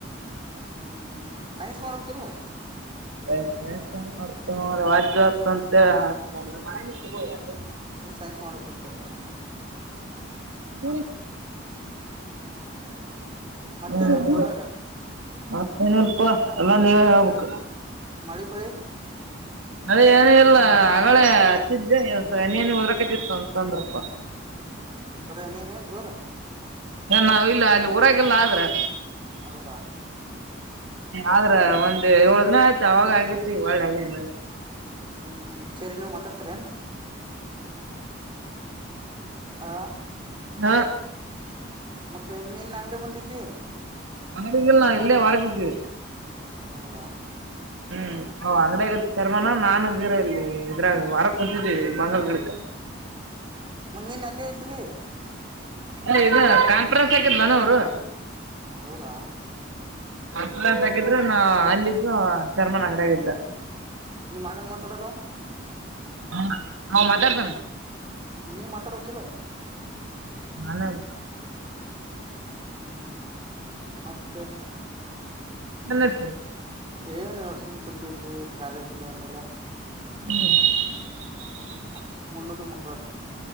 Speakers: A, on the right; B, on the right.
A: ಹ್ಮ ಸೈನ್ಸ್ ಮಾಡ್ಬೇಕಕ್ಿಲ್ಲ
B: <unintelligible>
A: ಸುಮ್ ಸೈನ್ಸ್ ಮಾಡ್ಬೇಕಿತ್ತ
B: <unintelligible>
A: ಮತ್ತೇನಾರ
B: ಹ್ಮ್
A: ದೂರಾಗ
B: ಮತ್ತ ಏನಲ್ಪ ಎಲ್ಲಾ ನೀವೇ ಹೇಬೇಕು
A: ಮಾಲಿಪಾಲಿ
B: ಅದೇ ಏನ ಎಲ್ಲ ಹಗಳೆ ಹಚ್ಚಿದ್ದೆ ಏನ ಏನ ಉದ್ರಕತಿತ್ತು ಅಂತಂತ ಅಂದ್ರಪ್ಪ
A: ಬರ ನೀನ್ ಏನ್ ಜೋರ
B: ನಾವ ಇಲ್ಲ ಅಲ್ಲಿ ಊರಾಗಲ್ಲ ಆದ್ರೆ
A: ಹೌದಾ
B: ಆದ್ರ ಒಂದ್ ಏಳ ದಿನ ಆಯ್ತು ಅವಾಗ ಆಗೇತಿ ಒಳ್ಳೆ ಆಗಲ್ ಮಿ
A: ಹ್ಮ್ ಸರಿ ನೀವವು ಮಾತಾಡ್ತರಿ ಅನ್ ಆ
B: ಹಾ
A: ಮತ್ತೆ ನಿನ್ ಅಂಗಡಿ ಬಂದಿದ್ದಿ
B: ಅಂಗಡಿಗಿಲ್ಲಾ ಇಲ್ಲೇ ವರಗಿದ್ದ
A: ಹೌದಾ
B: ಹ್ಮ್ ಅವ ಅಂಗಡಾಗ ಶರ್ಮಾನ ನಾನು ಬೀರ ಇಲ್ಲಿ ಇದ್ರಾಗ ವರಕ್ ಕುಂತಿದೀವಿ ಬಂಗಾರ ಗಿಡ
A: ಮುಂದಿನ ಅಲ್ಲೇ ಇದ್ರಿ
B: ಅ ಇದು ಕಾನ್ಫರೆನ್ಸ್ ಹಾಕಿದ್ ನನ್ ಅವರು
A: ಹೌದಾ
B: ಫ್ರಾನ್ಸ್ ಹಾಕಿದ್ರೆ ನಾ ಅಲ್ಲಿದ್ದು ಚರ್ಮನ್ಂಗಡಾಗ ಇದ್ದ
A: ನಿಮ್ಮ ಆಣ್ಣನ್ ಮಾತಾಡಲ್ಲ
B: ಹ ಹಾ ಮಾತಾಡ್ತನೆ
A: ನೀವ್ ಮಾತಾಡಬೇಕಿಲ್ಲ
B: ನಾನತ
A: ಹ್ಮ್ ಮತ್ತೆ
B: ನನ್ನ ಹ್ತೀರ
A: ಏನು ಅಡಸುಮ ಕುಂತು ಕಾಲ ಜಿಲ್ಲನಲ್ಲ
B: ಹ್ಮ್
A: ಸುಮ್ ಉಣ್ಣದು ಮಕ್ಕಳದು